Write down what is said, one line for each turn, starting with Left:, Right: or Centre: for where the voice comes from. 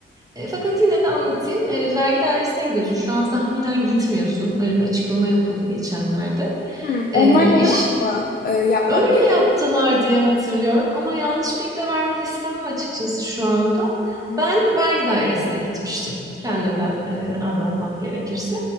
Right: E, fakat yine de anlatayım. E, vergi dairesine gidiyorsun. Şu an tahminen gitmiyorsun. Öyle bir açıklama yapıldı geçenlerde.
Left: Hı,
Right: E,
Left: Online
Right: iş
Left: olarak mı e, yapmam
Right: Öyle
Left: gerekiyor?
Right: yaptılar diye hatırlıyorum ama yanlış bilgi de vermek istemem açıkçası şu anda.
Left: Hı,
Right: Ben vergi dairesine gitmiştim. Kendimden e, anlatmak gerekirse.